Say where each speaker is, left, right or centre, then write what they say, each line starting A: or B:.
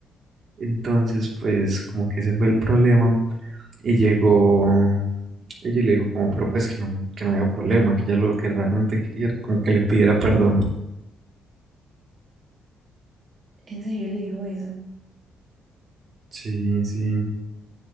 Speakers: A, on the right; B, on the right.
A: Entonces pues como que ese fue el problema y llegó ella y le dijo como pero pues que no, que no había problema, que ella lo que realmente quería era como que le pidiera perdón.
B: ¿En serio le dijo eso?
A: Sí, sí,